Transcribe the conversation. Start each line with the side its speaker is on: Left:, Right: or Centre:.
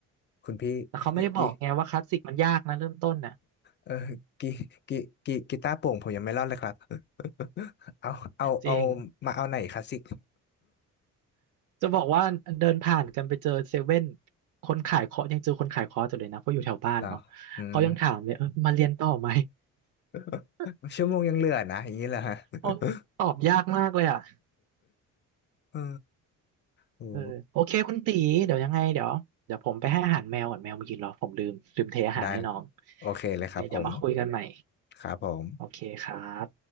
Left: คุณพี่
Right: แต่เขาไม่ได้บอกไงว่าคลาสสิกมันยากนะเริ่มต้นน่ะ
Left: <laughs> กีเออกีกีกีกีตาร์โปร่งผมยังไม่รอดเลยครับ <laughs> เอาเอาเอา
Right: จริง
Left: มาเอาไหนคลาสสิก
Right: จะบอกว่าเดินผ่านกันไปเจอเซเว่นคนขายเคาะยังเจอคนขายเคาะอยู่เลยนะเพราะอยู่แถวบ้านเนาะเขายังถามเลยเออมาเรียนต่อไหม
Left: เหรออืม <laughs>
Right: <laughs>
Left: ชั่วโมงยังเหลือนะอย่างนี้เหรอฮะ <laughs>
Right: โอ้ตอบยากมากเลยอ่ะ
Left: เออโอ้
Right: เออโอเคคุณตีเดี๋ยวยังไงเดี๋ยวเดี๋ยวผมไปให้อาหารแมวก่อนแมวมากินเหรอผมลืมลืมเทอาหารให้น้อง
Left: ได้โอเคเลยครับผม
Right: ยังไงเดี๋ยวมาคุยกันใหม่
Left: ครับผม
Right: โอเคครับ